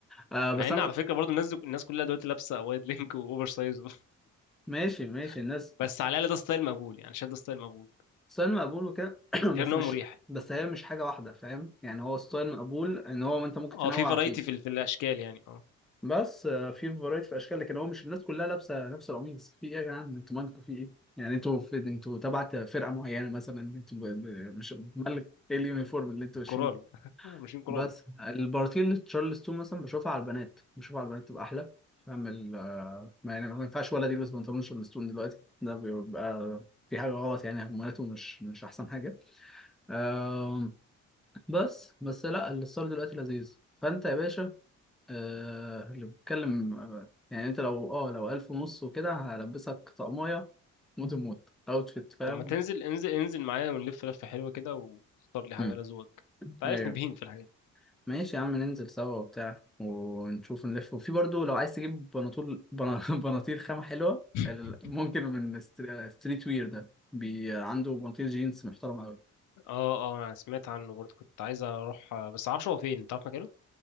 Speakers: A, in the centre; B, on the left.
A: آه
B: مع
A: بس
B: ان
A: أنا
B: على فكره برضو الناس دو... الناس كلها دلوقتي لابسه وايد لينك واوفر سايز و...
A: ماشي ماشي الناس
B: <laughs> بس على الاقل ده ستايل مقبول يعني شايف ده ستايل مقبول
A: ستايل مقبول وكده <clears throat>
B: غير
A: بس
B: ان
A: مش
B: هو مريح
A: بس هي مش حاجة واحدة فاهم يعني هو ستايل مقبول إن هو أنت ممكن
B: اه
A: تنوع
B: في فرايتي
A: فيه
B: في ال- في الاشكال يعني اه
A: بس آه، في فرايتي في اشكال لكن هو مش الناس كلها لابسه نفس القميص في ايه يا جدعان انتوا مالكم في ايه يعني انتوا في انتوا تبع فرقه معينه مثلا انتوا ب... ب... مش مالك ايه اليونيفورم اللي انتوا ماشيين
B: كورال
A: بيه؟
B: <laughs> آه، ماشيين كورال
A: بس البارتيل تشارلستون مثلا بشوفها على البنات بشوفها على البنات تبقى احلى فاهم ال... آه، ما يعني ما ينفعش ولد يلبس بنطلون تشارلستون دلوقتي ده بيبقى في حاجه غلط يعني هرموناته مش مش احسن حاجه آم، بس بس لا الستايل دلوقتي لذيذ فانت يا باشا آه اللي بتكلم آه، يعني انت لو اه لو ألف ونص وكده هلبسك طقمية موت الموت اوتفيت فاهم
B: طب ما تنزل انزل انزل معايا ونلف لفه حلوه كده واختار لي حاجه
A: مم.
B: على ذوقك انت عارفني
A: ايوه
B: بهيم في الحاجات دي.
A: ماشي يا عم ننزل سوا وبتاع ونشوف نلف وفي برضو لو عايز تجيب بناطول بنا- <laughs> بناطيل خامة حلوة
B: <laughs>
A: ال- ممكن من ستري- ستريت وير ده بي عنده بناطيل جينز محترم قوي
B: اه اه انا سمعت عنه برضو كنت عايز اروح آه، بس معرفش هو فين انت عارف مكانه